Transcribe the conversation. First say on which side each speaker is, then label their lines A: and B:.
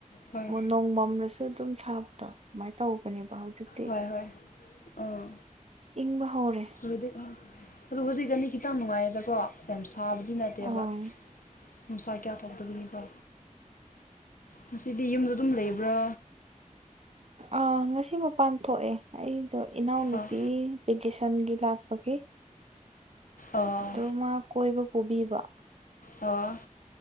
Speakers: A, on the left; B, on the right.
A: ꯍꯣꯏ
B: ꯅꯣꯡꯃꯝꯔꯁꯨ ꯑꯗꯨ ꯑꯗꯨꯝ ꯁꯥꯕꯗꯣ ꯑꯗꯨꯃꯥꯏꯅ ꯇꯧꯕꯅꯦꯕ ꯍꯧꯖꯤꯛ
A: ꯍꯣꯏ ꯍꯣꯏ ꯑꯥ
B: ꯏꯪꯕ ꯍꯧꯔꯦ
A: ꯑ ꯑꯗꯨ ꯍꯧꯖꯤꯛ ꯑꯅꯤ ꯈꯤꯇꯪ ꯅꯨꯡꯉꯥꯏꯌꯦꯗꯀꯣ ꯌꯥꯝ ꯁꯥꯕꯗꯤ ꯅꯠꯇꯦꯕ
B: ꯑꯥ
A: ꯅꯨꯡꯁꯥ ꯀꯌꯥ ꯇꯧꯇꯕꯒꯤꯀꯣ ꯉꯁꯤꯗꯤ ꯌꯨꯝꯗ ꯑꯗꯨꯝ ꯂꯩꯕ꯭ꯔꯥ
B: ꯑ ꯉꯁꯤ ꯃꯄꯥꯟ ꯊꯣꯛꯑꯦ ꯑꯩꯗꯣ ꯏꯅꯥꯎꯅꯨꯄꯤ
A: ꯑꯣ
B: ꯚꯦꯀꯦꯁꯟꯒꯤ ꯂꯥꯛꯄꯒꯤ
A: ꯑꯣ
B: ꯑꯗꯣ ꯃꯥ ꯀꯣꯏꯕ ꯄꯨꯕꯤꯕ
A: ꯑꯣ